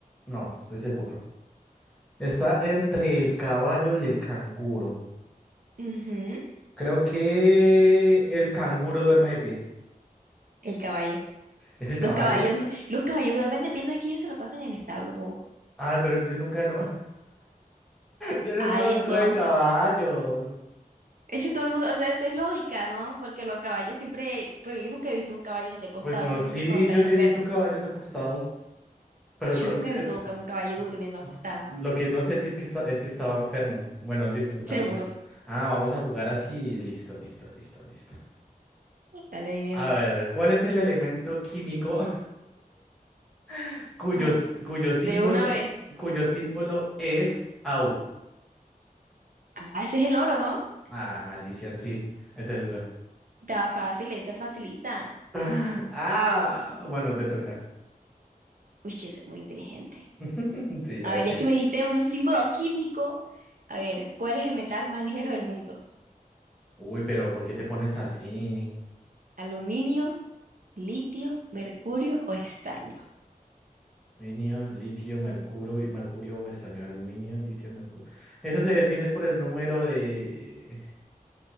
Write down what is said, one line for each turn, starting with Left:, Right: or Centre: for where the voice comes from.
Centre: No, estoy seguro. Está entre el caballo y el canguro.
Right: Ujú,
Centre: Creo que el canguro duerme de pie.
Right: el caballo.
Centre: ¿Es el
Right: Los
Centre: caballo?
Right: caballos, no- los caballos duermen de pie, no es que ellos se la pasan en establo, bobo.
Centre: Ah, pero yo nunca, no, Yo no
Right: Ay,
Centre: conozco
Right: entonces.
Centre: de caballos.
Right: Eso todo el mundo, o sea, esa es lógica, ¿no? Porque los caballos siempre, pues yo nunca he visto un caballo así acostado,
Centre: Pues no,
Right: solamente
Centre: sí,
Right: cuando están
Centre: yo
Right: enfermos.
Centre: sí he visto caballos acostados, pero
Right: Yo
Centre: no,
Right: nunca
Centre: eh,
Right: he visto ca- un caballo durmiendo acostado.
Centre: s- lo que no sé si es que está, es que estaba enfermo. Bueno, listo, está
Right: Seguro.
Centre: bien. Ah, vamos a jugar así, listo, listo, listo, listo.
Right: Dale, dime
Centre: A
Right: uno.
Centre: ver, ¿cuál es el elemento químico <laughs> cuyo,
Right: Ah,
Centre: s- cuyo símbolo,
Right: de una vez.
Centre: cuyo símbolo es Au?
Right: Ah, ese es el oro, ¿no?
Centre: Ah maldición, sí, es el otro.
Right: Estaba fácil, esa facilita.
Centre: <laughs> Ah, bueno, te toca.
Right: Uy, yo soy muy inteligente.
Centre: <laughs> Sí, lo
Right: A
Centre: eres.
Right: ver, ya que me dijiste un símbolo químico. A ver, ¿cuál es el metal más ligero del mundo?
Centre: Uy, pero ¿por qué te pones así?
Right: ¿Aluminio, litio, mercurio o estaño?
Centre: Aluminio, litio, mercurio, y- mercurio o estaño, aluminio, litio, mercurio. Eso se define es por el número de,